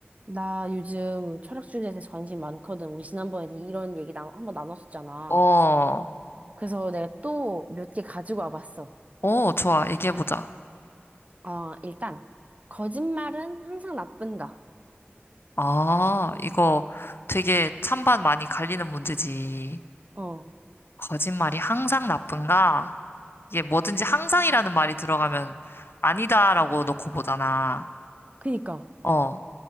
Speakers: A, on the right; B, on the left.
A: 나 요즘 철학 주제에 대해서 관심 많거든. 우리 지난번에 이런 얘기 나, 한번 나눴었잖아.
B: 어,
A: 그래서 내가 또 몇 개 가지고 와봤어.
B: 어, 좋아. 얘기해보자.
A: 어, 일단, 거짓말은 항상 나쁜가?
B: 아, 이거 되게 찬반 많이 갈리는 문제지.
A: 어,
B: 거짓말이 항상 나쁜가? 이게 뭐든지 항상이라는 말이 들어가면 아니다라고 놓고 보잖아.
A: 그니까.
B: 어,